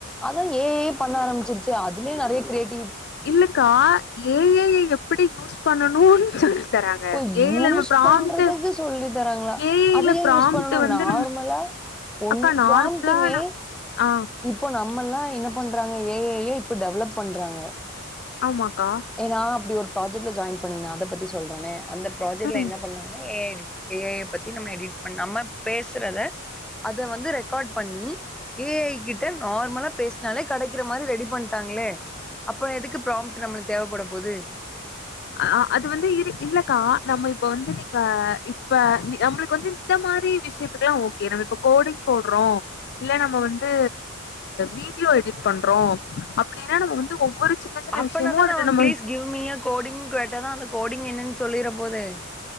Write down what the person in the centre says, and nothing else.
அதா ஏ ஐ யே பண்ண ஆரம்பிச்சிருச்சே அதுவே நெறைய கிரியேட்
ஓ
யூஸ்
பண்றதுக்கு சொல்லி தராங்களா
அது ஏ
யூஸ் பண்ணணு
நார்மலா
ஒன்னு
ப்ராம்ட்டுமே
இப்போ நம்மல்லா என்ன பண்றாங்க ஏ ஐயே இப்போ டெவலப் பண்றாங்க
ஏ நா அப்டி ஒரு ப்ராஜெக்ட்ல ஜாயின் பண்ணிருந்த அத பத்தி சொல்றேனே அந்த ப்ராஜெக்ட்ல
என்ன பண்ணாங்கன்னா ஏ ஐ டிப் ஏ ஐய பத்தி நம்ம எடிட் பண்ணி நம்ம பேசுறத அத வந்து ரெக்கார்ட் பண்ணி ஏ ஐ கிட்ட நார்மலா பேசினாலே கெடைக்கிற மாரி ரெடி பண்ட்டாங்களே அப்பறோ எதுக்கு பிராம்ண்ட் நம்மளுக்கு தேவப்பட போது
அப்பனா
தா
நம்
பிளீஸ் கிவ் மீய கோடிங் கேட்ட தா அந்த கோடிங் என்னன்னு சொல்லிர போது